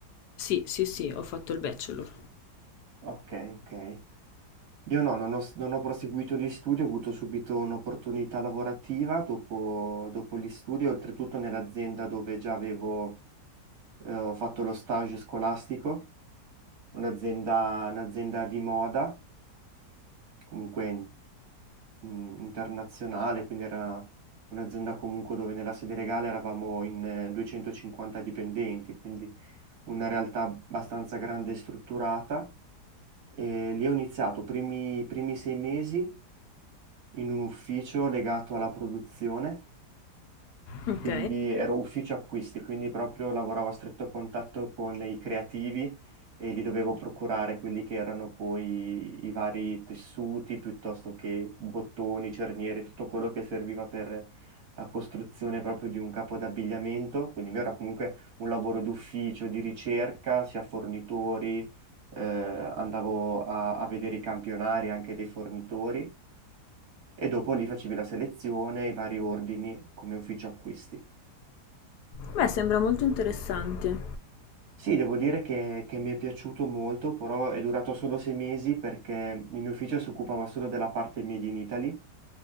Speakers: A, on the left; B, on the right.
A: Sì, sì, sì, ho fatto il bachelor.
B: Ok, ok. Io no, non ho, non ho proseguito gli studi, ho avuto subito un'opportunità lavorativa dopo, dopo gli studi, oltretutto nell'azienda dove già avevo eh, ho fatto lo stage scolastico, un'azienda un'azienda di moda, comunque mm, internazionale, quindi era un'azienda comunque dove nella sede legale eravamo in eh, 250 dipendenti, quindi una realtà abbastanza grande e strutturata. E lì ho iniziato i primi, i primi sei mesi in un ufficio legato alla produzione,
A: Ok.
B: quindi ero ufficio acquisti, quindi proprio lavoravo a stretto contatto con i creativi e li dovevo procurare quelli che erano poi i vari tessuti, piuttosto che bottoni, cerniere, tutto quello che serviva per la costruzione proprio di un capo d'abbigliamento, quindi il mio era comunque un lavoro d'ufficio, di ricerca, sia fornitori, eh, andavo a a vedere i campionari anche dei fornitori e dopo lì facevi la selezione, i vari ordini come ufficio acquisti.
A: Beh, sembra molto interessante.
B: Sì, devo dire che, che mi è piaciuto molto, però è durato solo sei mesi perché il mio ufficio si occupava solo della parte Made in Italy